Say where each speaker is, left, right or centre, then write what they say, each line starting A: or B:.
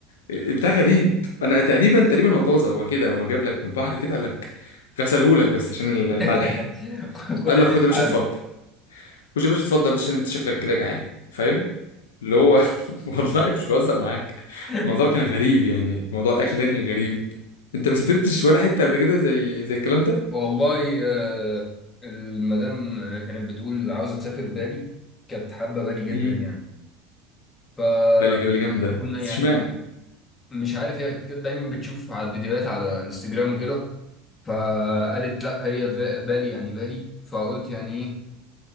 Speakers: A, on the left; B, on the left.
A: بتاع غريب انا تقريبا تقريبا هو طازه هو كده هو جاب لك من البحر كده قال لك غسلهولك بس عشان ال-
B: <laughs>
A: الملح
B: خد
A: قال
B: يا
A: له
B: باشا
A: خد يا باشا
B: تعالى
A: اتفضل خد يا باشا اتفضل بس انت شكلك كده جعان فاهم اللي هو <laughs> والله مش بهزر معاك
B: <laughs>
A: الموضوع كان غريب يعني موضوع الاكل ده كان غريب انت ما سافرتش ولا حته قبل كده زي زي الكلام ده
B: والله آه، المدام كانت بتقول عاوزه تسافر بالي كانت حابه بالي جدا
A: امم
B: يعني فكنا
A: بالي بالي جامده بس
B: يعني
A: اشمعنى
B: مش عارف هي كده دايما بتشوف على الفيديوهات على انستجرام وكده فقالت لا هي فا- بالي يعني بالي فقلت يعني ايه